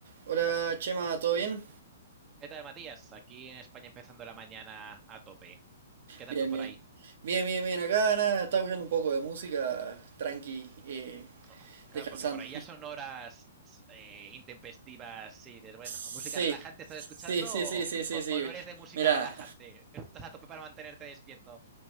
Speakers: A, on the right; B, on the right.
A: Hola Chema, ¿todo bien?
B: ¿Qué tal, Matías? Aquí en España empezando la mañana a tope. ¿Qué tal
A: Bien,
B: tú por
A: bien.
B: ahí?
A: Bien, bien, bien. Acá nada, estaba escuchando un poco de música, tranqui, eh,
B: Ojo, claro,
A: descansando.
B: porque por ahí ya son horas eh, intempestivas. Sí, dices, bueno,
A: Sí,
B: ¿música relajante
A: sí,
B: estás escuchando
A: sí,
B: o,
A: sí, sí, sí,
B: o-
A: sí.
B: o no eres de música
A: Mira,
B: relajante? Estás a tope para mantenerte despierto.